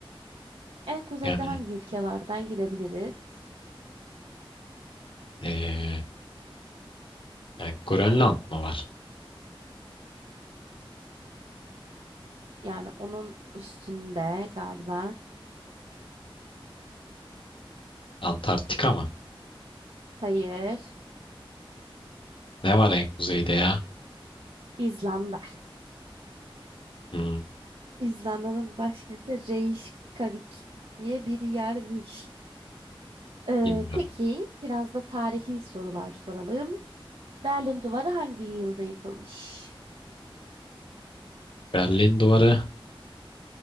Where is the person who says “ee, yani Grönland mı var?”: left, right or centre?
Left